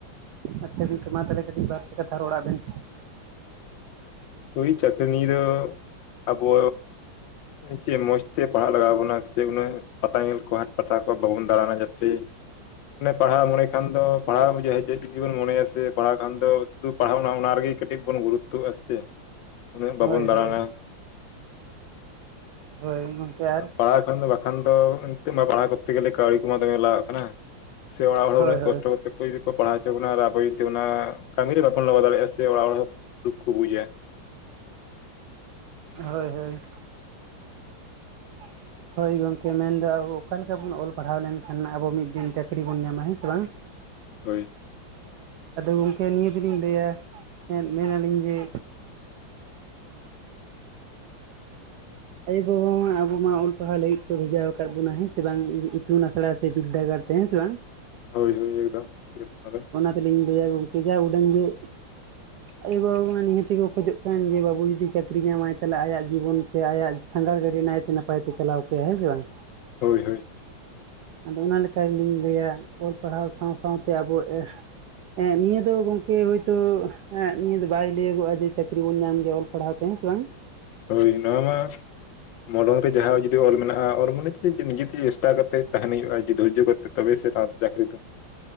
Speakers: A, on the right (about 75°); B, on the left (about 75°).
A: ᱟᱪᱷᱟ ᱜᱚᱢᱠᱮ ᱢᱟ ᱛᱟᱞᱦᱮ ᱠᱟᱹᱴᱤᱡ ᱵᱟᱨ ᱯᱮ ᱠᱟᱛᱷᱟ ᱨᱚᱲᱟᱜ ᱵᱮᱱ ᱾
B: ᱦᱳᱭ, ᱪᱟᱹᱠᱨᱤ ᱱᱤᱭᱮ ᱫᱚ ᱟᱵᱚ ᱪᱮᱫ ᱢᱚᱸᱡᱽ ᱛᱮ ᱯᱟᱲᱦᱟᱜ ᱞᱟᱜᱟ ᱟᱵᱱᱟ᱾ ᱵᱚᱱᱟ ᱥᱮ ᱩᱱᱟᱹᱜ ᱯᱟᱛᱟ ᱧᱮᱞ ᱠᱚ ᱦᱟᱴ ᱯᱟᱛᱟ ᱠᱚ ᱵᱟᱵᱚᱱ ᱫᱟᱬᱟᱱᱟ ᱡᱟᱛᱮ᱾ ᱢᱟᱱᱮ ᱯᱟᱲᱦᱟᱣ ᱢᱚᱱᱮ ᱠᱷᱟᱱ ᱫᱚ ᱯᱟᱲᱦᱟᱣ ᱵᱩᱡᱷᱟᱹᱜᱼᱟ <unintelligible> ᱡᱩᱫᱤ ᱵᱮᱱ ᱢᱚᱱᱮᱭᱟ ᱥᱮ ᱯᱟᱲᱦᱟᱣ ᱠᱷᱟᱱ ᱫᱚ ᱥᱩᱫᱷᱩ ᱯᱟᱲᱦᱟᱣ ᱚᱱᱟ ᱚᱱᱟ ᱨᱮᱜᱮ ᱠᱟᱹᱴᱤᱡ ᱵᱚᱱ ᱜᱩᱨᱩᱛᱛᱚ ᱟᱜ-ᱟ ᱥᱮ ᱪᱮᱫ᱾ ᱩᱱᱟᱹᱜ ᱵᱟᱵᱚᱱ
A: ᱦᱳᱭ
B: ᱫᱟᱬᱟᱱᱟ,
A: ᱦᱳᱭ ᱦᱳᱭ ᱜᱚᱝᱠᱮ ᱟᱨ
B: ᱯᱟᱲᱦᱟᱣ ᱠᱷᱚᱱ ᱫᱚ ᱵᱟ ᱵᱟᱠᱷᱟᱱ ᱫᱚ ᱱᱤᱛᱚᱜ ᱢᱟ ᱯᱟᱲᱦᱟᱣ ᱠᱚᱨᱛᱮ ᱜᱮᱞᱮ ᱠᱟᱹᱣᱤ ᱠᱚᱢᱟ ᱫᱚᱢᱮ ᱞᱟᱜᱟᱜ ᱠᱟᱱᱟ, ᱥᱮ ᱚᱲᱟᱜ ᱦᱚᱲ ᱦᱚᱸ
A: ᱦᱳᱭ
B: ᱩᱱᱟᱹᱜ
A: ᱦᱳᱭ
B: ᱠᱚᱥᱴᱚ ᱠᱟᱛᱮᱜ ᱟᱠᱚ ᱡᱩᱫᱤ ᱠᱚ ᱯᱟᱲᱦᱟᱣ ᱚᱪᱚ ᱵᱚᱱᱟ ᱟᱨ ᱟᱵᱚ ᱡᱩᱫᱤ ᱚᱱᱟ ᱠᱟᱹᱢᱤ ᱨᱮ ᱵᱟᱵᱚᱱ ᱞᱟᱜᱟᱣ ᱫᱟᱲᱮᱭᱟᱜᱼᱟ, ᱥᱮ ᱪᱮ ᱚᱲᱟᱜ ᱦᱚᱲ ᱦᱚᱸ ᱫᱩᱠ ᱠᱚ ᱵᱩᱡᱟ᱾
A: ᱦᱳᱭ ᱦᱳᱭ᱾ <inaudible> ᱦᱳᱭ ᱜᱚᱝᱠᱮ ᱢᱮᱱᱫᱚ ᱟᱵᱚ ᱚᱠᱟ ᱞᱮᱠᱟ ᱵᱚᱱ ᱚᱞ ᱯᱟᱲᱦᱟᱣ ᱞᱮᱱᱠᱷᱟᱱ ᱱᱟᱜ ᱟᱵᱚ ᱢᱤᱫ ᱫᱤᱱ ᱪᱟᱹᱠᱨᱤ ᱵᱚᱱ ᱧᱟᱢᱟ, ᱦᱮᱸ ᱥᱮ ᱵᱟᱝ? <inaudible>
B: ᱦᱳᱭ᱾
A: ᱟᱫᱚ ᱜᱚᱝᱠᱮ ᱱᱤᱭᱟᱹ ᱫᱚ ᱞᱤᱧ ᱞᱟᱹᱭᱟ ᱮᱸᱫ ᱢᱮᱱ ᱟᱞᱤᱧ ᱡᱮ ᱟᱭᱳ ᱵᱟᱵᱟ ᱢᱟ ᱟᱵᱚ ᱢᱟ ᱚᱞ ᱯᱟᱲᱦᱟᱣ ᱞᱟᱹᱜᱤᱫ ᱠᱚ ᱵᱷᱮᱡᱟᱣ ᱟᱠᱟᱫ ᱵᱚᱱᱟ ᱦᱮᱸ ᱥᱮ ᱵᱟᱝ ᱤ-ᱤᱛᱩᱱ ᱟᱥᱲᱟ ᱥᱮ ᱵᱤᱫᱫᱟᱹᱜᱟᱲ᱾ ᱛᱮ ᱦᱮᱸ ᱥᱮ ᱵᱟᱝ᱾
B: ᱦᱳᱭ ᱦᱳᱭ, ᱮᱫᱚᱢ <unintelligible>
A: ᱟᱹᱞᱤᱧ ᱞᱟᱹᱭᱟ ᱜᱚᱝᱠᱮ ᱡᱟ ᱩᱰᱟᱹᱝ ᱜᱮ ᱟᱭᱩ ᱵᱟᱵᱟ ᱢᱟ ᱱᱤᱦᱟᱹᱛᱤ ᱠᱚ ᱠᱷᱚᱡᱚᱜ ᱠᱟᱱ ᱡᱮ, ᱵᱟᱹᱵᱩ ᱡᱩᱫᱤ ᱪᱟᱹᱠᱨᱤ ᱧᱟᱢᱟᱭ ᱛᱟᱦᱞᱮ ᱟᱭᱟᱜ ᱡᱤᱵᱚᱱ ᱥᱮ ᱟᱭᱟᱜ ᱥᱟᱸᱜᱷᱟᱲ ᱜᱟᱹᱰᱤ ᱱᱟᱭᱛᱮ ᱱᱟᱯᱟᱭ ᱛᱮ ᱪᱟᱞᱟᱣ ᱠᱟᱭᱟᱭ, ᱦᱮᱸ ᱥᱮ ᱵᱟᱝ?
B: ᱦᱳᱭ ᱦᱳᱭ᱾
A: ᱟᱫᱚ ᱚᱱᱟ ᱞᱮᱠᱟ ᱜᱮ ᱞᱤᱧ ᱞᱟᱹᱭᱟ ᱚᱞ ᱯᱟᱲᱦᱟᱣ ᱥᱟᱶ ᱥᱟᱶᱛᱮ ᱟᱵᱚ ᱮᱦ ᱮ ᱱᱤᱭᱟᱹ ᱫᱚ ᱜᱚᱝᱠᱮ ᱦᱳᱭᱛᱳ ᱮ ᱱᱤᱭᱟᱹ ᱫᱚ ᱵᱟᱭ ᱞᱟᱹᱭᱟᱹᱜᱚᱜ-ᱟ ᱡᱮ ᱪᱟᱹᱠᱨᱤ ᱵᱚᱱ ᱧᱟᱢ ᱜᱮᱭᱟ ᱚᱞ ᱯᱟᱲᱦᱟᱣ ᱛᱮ ᱦᱮᱸ ᱥᱮ ᱵᱟᱝ?
B: ᱦᱳᱭ ᱱᱚᱣᱟ ᱢᱟ ᱢᱚᱞᱚᱝ ᱨᱮ ᱡᱟᱦᱟᱸ ᱡᱩᱫᱤ ᱚᱞ ᱢᱮᱱᱟᱜ-ᱟ᱾ ᱚᱞ ᱢᱟᱱᱮ ᱪᱮᱫ ᱱᱤᱡᱮ ᱛᱮ ᱪᱮᱥᱴᱟ ᱠᱟᱛᱮᱫ ᱛᱟᱦᱮᱱ ᱦᱩᱭᱩᱜ-ᱟ ᱡᱮ ᱫᱷᱳᱨᱡᱚ ᱠᱟᱛᱮᱫ᱾ ᱛᱚᱵᱮᱥᱮ ᱛᱟᱸᱫ ᱪᱟᱠᱨᱤ ᱫᱚ᱾